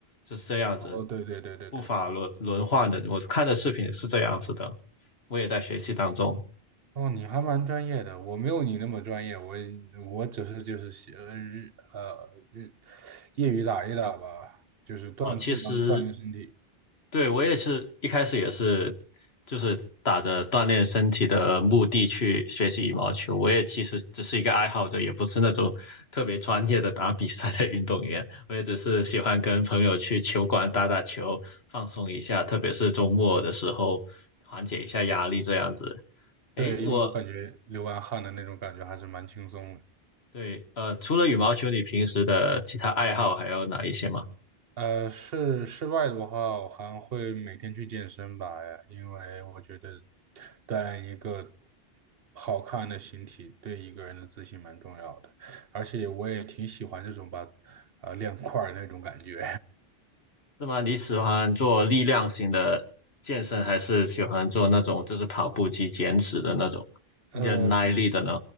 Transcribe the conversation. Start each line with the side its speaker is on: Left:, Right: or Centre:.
Left: 是这样子，
Right: 哦，对对对对对，
Left: 步法轮轮换的。我看的视频是这样子的，我也在学习当中。
Right: 哦，你还蛮专业的，我没有你那么专业，我我只是就是喜呃日呃日业余打一打吧，就是锻就当锻炼身体。
Left: 哦，其实对，我也是一开始也是，就是打着锻炼身体的目的去学习羽毛球。我也其实只是一个爱好者，也不是那种特别专业的打比赛的运动员。我也只是喜欢跟朋友去球馆打打球，放松一下，特别是周末的时候，缓解一下压力这样子。
Right: 对，
Left: 诶，我
Right: 因为我感觉流完汗的那种感觉还是蛮轻松的。
Left: 对，呃，除了羽毛球，你平时的其他爱好还有哪一些吗？
Right: 呃，室室外的话，我还会每天去健身吧，因为我觉得锻炼一个好看的形体，对一个人的自信蛮重要的。而且我也挺喜欢这种把呃练块儿那种感觉。
Left: 那么你喜欢做力量型的健身，还是喜欢做那种就是跑步机减脂的那种忍耐力的呢？
Right: <laughs> 呃。